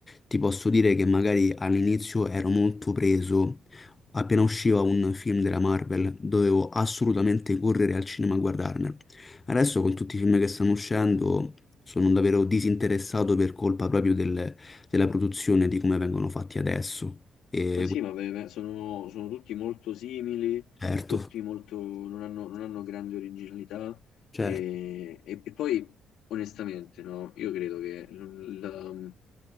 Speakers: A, on the left (about 25°); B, on the left (about 85°).
A: ti posso dire che magari all'inizio ero molto preso Appena usciva un film della Marvel, dovevo assolutamente correre al cinema a guardarmelo. Adesso con tutti i film che stanno uscendo sono davvero disinteressato per colpa proprio del- della produzione, di come vengono fatti adesso. E,
B: Ma sì, ma beh, beh, sono, sono tutti molto simili,
A: certo,
B: tutti molto, non hanno, non hanno grande originalità
A: certo,
B: e, e- e poi onestamente no, io credo che l- la-